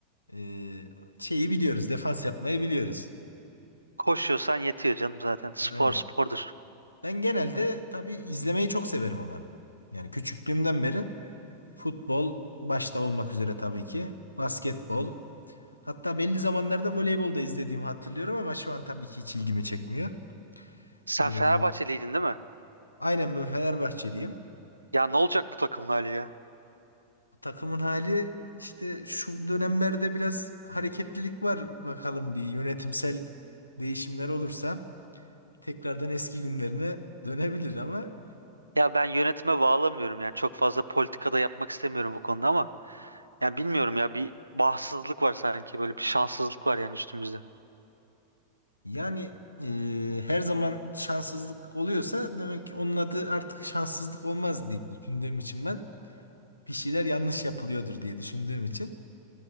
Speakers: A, on the left; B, on the right.
A: e, şeyi biliyoruz. Defans yapmayı biliyoruz.
B: Koşuyorsan yetiyor canım zaten. Spor
A: Aynen.
B: spordur.
A: Ben genelde tabii izlemeyi çok severim ama. Yani küçüklüğümden beri futbol başta olmak üzere tabii ki basketbol. Hatta belli zamanlarda voleybol da izlediğimi hatırlıyorum ama şu an tabii ki hiç ilgimi çekmiyor.
B: Sen
A: Ee,
B: Fenerbahçeliydin değil mi?
A: aynen ben Fenerbahçeliyim.
B: Ya ne olacak bu takımın hali ya?
A: Takımın hali işte şu dönemlerde biraz hareketlilik var. Bakalım bir yönetimsel değişimler olursa tekrardan eski günlerine dönebilir ama
B: Ya ben yönetime bağlamıyorum yani çok fazla politikada yapmak istemiyorum bu konuda ama yani bilmiyorum ya bir bahtsızlık var sanki böyle bir şanssızlık var yani üstümüzde.
A: Yani e, her zaman şanssızlık oluyorsa demek ki onun adı artık şanssızlık olmaz diye düşündüğüm için ben bir şeyler yanlış yapılıyordur diye düşündüğüm için